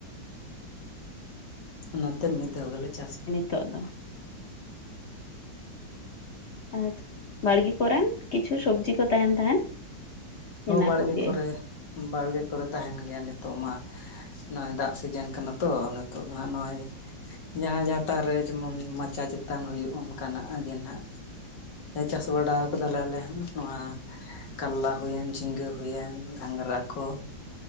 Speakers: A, on the left (about 70°); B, on the left (about 50°).
A: ᱚᱱᱟᱛᱮ ᱢᱤᱫ ᱫᱷᱟᱣ ᱜᱮᱞᱮ ᱪᱟᱥᱟ᱾
B: ᱦᱤᱛᱚᱜ ᱫᱚ᱾ ᱟᱨ ᱵᱟᱲᱜᱮ ᱠᱚᱨᱮᱱ ᱠᱤᱪᱷᱩ ᱥᱚᱵᱽᱡᱤ ᱠᱚ ᱛᱟᱦᱮᱱ ᱛᱟᱦᱮᱱ᱾
A: ᱦᱚᱸ
B: ᱚᱱᱟ
A: ᱵᱟᱲᱜᱮ
B: ᱠᱚᱜᱮ
A: ᱠᱚᱨᱮ ᱵᱟᱲᱜᱮ ᱠᱚᱨᱮ ᱛᱟᱦᱮᱱ ᱜᱮᱭᱟ ᱱᱤᱛᱚᱜ ᱢᱟ᱾ ᱱᱚᱜᱼᱚᱭ ᱫᱟᱜ ᱥᱤᱡᱮᱱ ᱠᱟᱱᱟ ᱛᱚ ᱱᱤᱛᱳᱜ ᱫᱚ ᱦᱟᱜ ᱱᱚᱜᱼᱚᱭ ᱡᱟᱦᱟᱸ ᱡᱟᱦᱟᱸᱛᱟᱱ ᱨᱮ ᱡᱮᱢᱚᱱ ᱢᱟᱪᱟ ᱪᱮᱛᱟᱱ ᱦᱩᱭᱩᱜ ᱚᱱᱠᱟᱱᱟᱜ ᱜᱮ ᱱᱟᱜ ᱪᱟᱥ ᱵᱟᱲᱟ ᱠᱟᱫᱟᱞᱮ ᱟᱞᱮ ᱦᱚᱸ ᱱᱚᱣᱟ ᱠᱟᱞᱞᱟ ᱦᱩᱭᱮᱱ ᱡᱷᱤᱸᱜᱟᱹ ᱦᱩᱭᱮᱱ, ᱜᱷᱟᱝᱨᱟ ᱠᱚ᱾